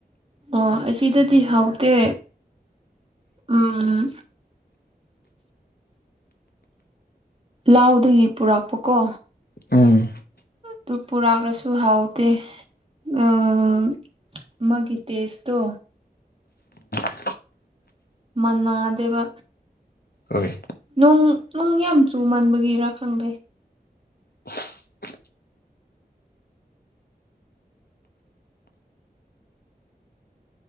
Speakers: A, on the right; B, on the left.
A: ꯑꯣ ꯑꯁꯤꯗꯗꯤ ꯍꯥꯎꯇꯦ ꯎꯝ꯫ ꯂꯥꯎꯗꯒꯤ ꯄꯨꯔꯛꯥꯛꯄ ꯀꯣ꯫
B: ꯑꯝ
A: ꯇꯨ ꯄꯨꯔꯥꯛꯔꯁꯨ ꯍꯥꯎꯇꯦ ꯎꯝ꯫ ꯃꯒꯤ ꯏꯇꯦꯁ ꯇꯣ꯫
B: ꯎꯝ꯫
A: ꯃꯥꯟꯅꯗꯦꯕ꯫
B: ꯍꯣꯏ꯫
A: ꯅꯣꯡ ꯅꯣꯡ ꯌꯥꯝ ꯆꯨꯃꯟꯕꯒꯤꯔꯥ ꯈꯪꯗꯦ꯫
B: <inaudible>